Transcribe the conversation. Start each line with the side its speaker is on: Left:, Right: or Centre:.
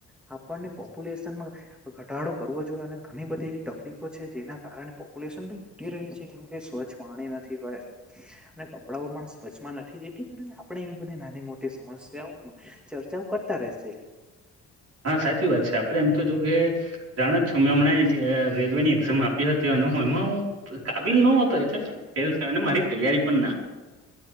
Centre: પોપ્યુલેશનમાં ઘટાડો કરવો જોઈએ, અને ઘણી બધી એવી તકલીફો છે, જેના કારણે ન ઘટી રહ્યું છે, કેમ કે સ્વચ્છ પાણી નથી હોય, અને કપડાઓ પણ વચમાં નથી તેથી કરીને આપણે એવી બધી નાની મોટી સમસ્યાઓ ચર્ચાઓ કરતા રહેશે
Right: હા સાચી વાત છે આપડે એમ તો જો કે જાણ જ છો મેં હમણાં અ રેલવે ની એક્ઝામ આપી હતી એમાં હું કાબિલ ન હતો એલે ફેલ થયો ને મારી તૈયારી પણ ના